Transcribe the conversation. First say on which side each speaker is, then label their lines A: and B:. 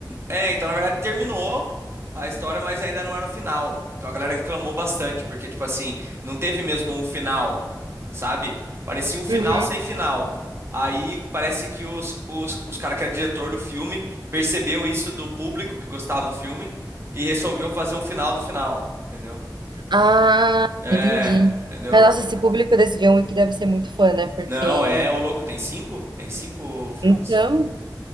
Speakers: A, on the right; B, on the right.
A: É, então, na verdade, terminou a história, mas ainda não era o final. Então a galera reclamou bastante, porque, tipo assim, não teve mesmo um final, sabe? Parecia um final
B: Uhum.
A: sem final. Aí parece que os, os, os caras que era diretor do filme percebeu isso do público que gostava do filme e resolveu fazer um final do final, entendeu?
B: Ah,
A: É,
B: entendi.
A: entendeu?
B: Mas nossa,
A: É.
B: esse público desse John Wick deve ser muito fã, né? Porque.
A: Não, é, ô louco, tem cinco? Tem cinco filmes?
B: Então,